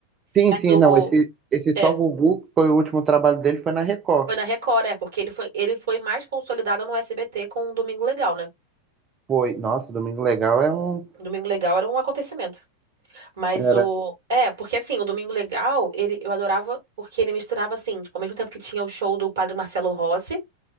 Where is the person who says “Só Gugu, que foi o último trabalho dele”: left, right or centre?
Right